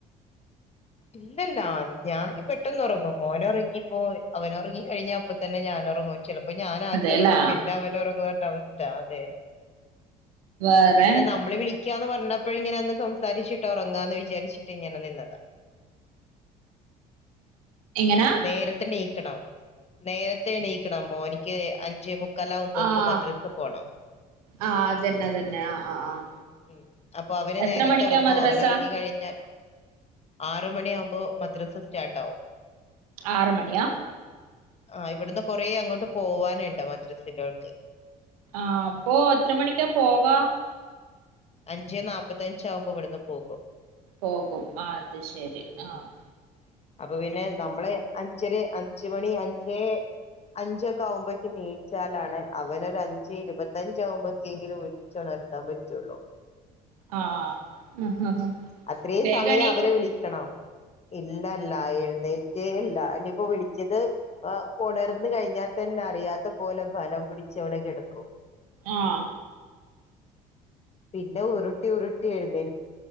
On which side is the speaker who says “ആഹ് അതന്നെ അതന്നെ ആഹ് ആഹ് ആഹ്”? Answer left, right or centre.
Right